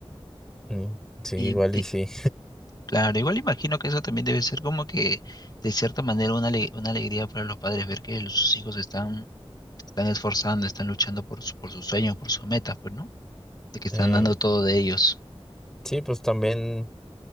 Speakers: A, in the centre; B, on the left.
A: Mm, Sí,
B: Y,
A: igual y
B: y,
A: sí.
B: claro, igual imagino que eso también debe ser como que, de cierta manera, una, ale- una alegría para los padres ver que los- sus hijos están, están esforzando, están luchando por, su- por sus sueños, por sus metas, pues, ¿no? De que están
A: Eh,
B: dando todo de ellos.
A: sí, pues también.